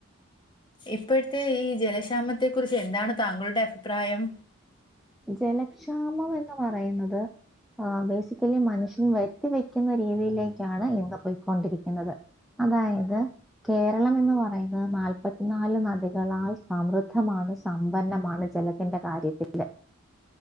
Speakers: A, on the left; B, in the centre.
A: ഇപ്പോഴത്തെ ഈ ജലക്ഷാമത്തെ കുറിച്ച് എന്താണ് താങ്കളുടെ അഭിപ്രായം
B: ജലക്ഷാമം എന്ന് പറയുന്നത് ആ ബേസിക്കലി മനുഷ്യൻ വരുത്തി വെക്കുന്ന രീതിയിലേക്കാണ് ഇന്ന് പോയിക്കൊണ്ടിരിക്കുന്നത് അതായത് കേരളം എന്ന് പറയുന്നത് നാല്പത്തിനാല് നദികളാൽ സമൃദ്ധമാണ് സമ്പന്നമാണ് ജലത്തിന്റെ കാര്യത്തിൽ